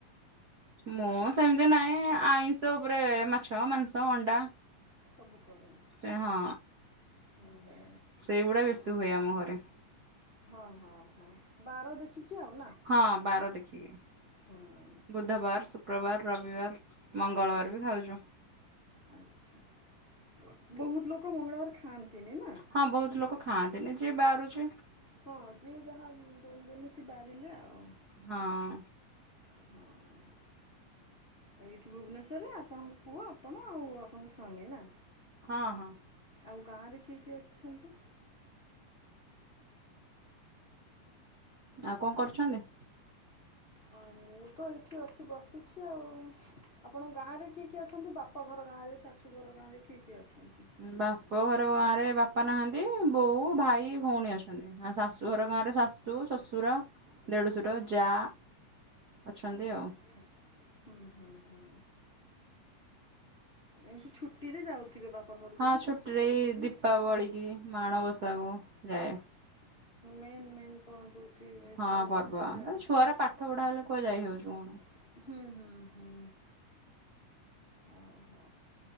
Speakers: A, on the right (about 50°); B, on the left (about 40°).
A: ମୋ ସେମିତି ନାହିଁ ଆଇଁଷ ଉପରେ ମାଛ, ମାଂସ, ଅଣ୍ଡା।
B: ସବୁ କର।
A: ସେ ହଁ।
B: <unintelligible> ଓ ହୋ
A: ସେଇଗୁଡା ବେଶୀ ହୁଏ ଆମ ଘରେ।
B: ହଁ, ହଁ, ହଁ ବାର ଦେଖିକି ଆଉ ନା
A: ହଁ ବାର ଦେଖିକି
B: ହୁଁ
A: ବୁଧବାର, ଶୁକ୍ରବାର, ରବିବାର। ମଙ୍ଗଳବାରେ ବି ଖାଉଚୁ।
B: ଆଛା ବହୁତ ଲୋକ ମଙ୍ଗଳବାରେ ଖାଆନ୍ତି ନି ନା
A: ହଁ, ବହୁତ୍ ଲୋକ ଖାଆନ୍ତିନି ଯିଏ ବାରୁଛି।
B: ହଁ, ଯିଏ ଯାହା ଦଉଛନ୍ତି ଯିଏ ବାରିଲେ ଆଉ
A: ହଁ।
B: <unintelligible> ଏଇଠି ଭୁବନେଶ୍ୱରରେ ଆପଣଙ୍କ ପୁଅ, ଆପଣ ଆଉ, ଆପଣଙ୍କ ସ୍ୱାମୀ ନା
A: ହଁ, ହଁ।
B: ଆଉ ଗାଁରେ କିଏ କିଏ ଅଛନ୍ତି?
A: ଆଉ କଣ କରୁଛନ୍ତି?
B: ହଁ ମୁଁତ ଏଇଠି ଅଛି ବସିଛି ଆଉ ଆପଣଙ୍କ ଗାଁରେ କିଏ କିଏ ଅଛନ୍ତି ବାପ ବାପ ଘର ଗାଁରେ ଶାଶୁଘର ଗାଁରେ କିଏ କିଏ ଅଛନ୍ତି?
A: ବାପ ଘର ଗାଁରେ ବାପା ନାହାନ୍ତି ବୋଉ, ଭାଇ, ଭଉଣୀ ଅଛନ୍ତି ଆଉ ଶାଶୁ ଘର ଗାଁରେ ଶାଶୁ ଶାଶୁ, ଶଶୁର, ଦେଢଶୁର, ଯା ଅଛନ୍ତି
B: ଆଛା
A: ଆଉ।
B: ଆଛା ହୁଁ, ହୁଁ, ହୁଁ। ଏମିତି ଛୁଟିରେ ଯାଉଥିବେ ବାପ ବାପା ଘରକୁ
A: ହଁ
B: ବି ଶାଶୁ
A: ଛୁଟିରେ
B: ଘରକୁ
A: ଏଇ
B: ବି
A: ଦୀପାବଳି କି ମାଣବସା କୁ ଯାଏ।
B: ମେନ୍ ମେନ୍ ଭୋରୁ ଉଠିଥାଏ
A: ହଁ ପର୍ବ
B: ନା ପୂଜା
A: ଏ
B: ହୁଁ,
A: ଛୁଆର ପାଠ ପଢା ହେଲେ କୁଆଡେ ଯାଇ ହଉଛି କହୁନ।
B: ହୁଁ, ହୁଁ। ଓହୋ